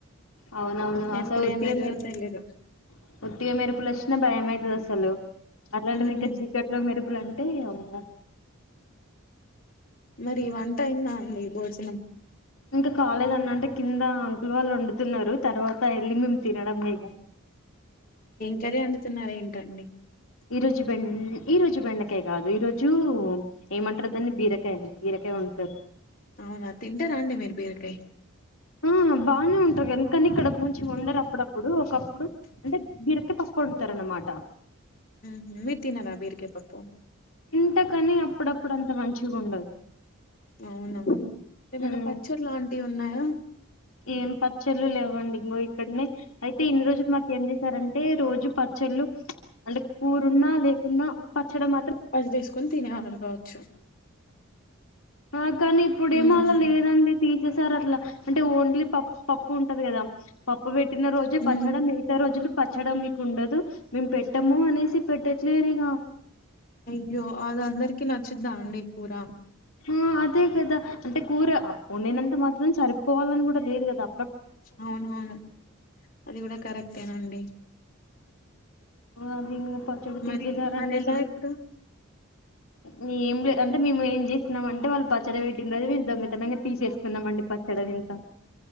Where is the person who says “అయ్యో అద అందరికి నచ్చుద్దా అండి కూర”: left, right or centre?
Left